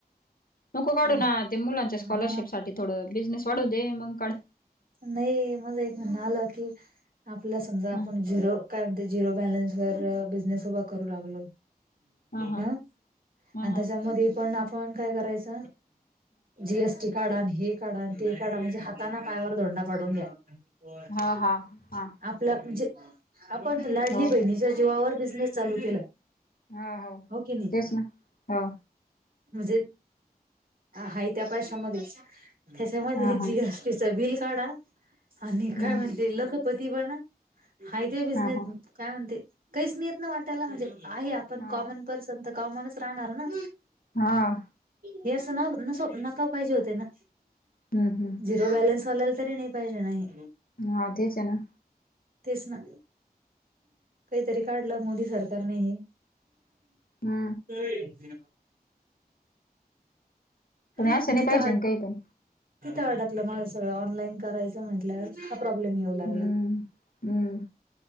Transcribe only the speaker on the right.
पण
हा
नाही माझं एक म्हण आलं की, आपल्या समजा आपण
झिरो का झिरो बैलेंस वर बिझनेस उभा करू लागलो.
हम--आणि
त्याच्यामध्ये पण आपण काय करायच? ''जीएसटी काढा'' हे काढा अन ते काढा, म्हणजे हाताने पायावर ''धोंडा पाडून घ्या''
आपलं म्हणजे आपण त लाडली
बहिणीच्या जीवावर बिझनेस चालू केला.
हाव, की नाही?
म्हणजे, हा त्या पैशामध्येच त्याच्यामध्ये
जी
तिच बिल काढा, आणि
काय म्हणजे लखपती बणााय ''बिनेस
काय म्हणते''? काहीच नाहीे येत ना वाटायला म्हणजे, ''आहे आपण
कॉमन'' पर्संत, कॉमनच राहणार ना!
हे असं नस नका पाहिजे होते ना,
झिरो बॅलन्स वाल्याल तरी नाही पाहिजे ना हे,
तेच ना! काहीतरी काढलं मोदी सरकारने हे.
ते!
तिथं
आ
तिथं अडकलं माझ सगळं ऑनलाईन करायचं म्हटल्यावर. प्रॉब्लेम येऊ लागला.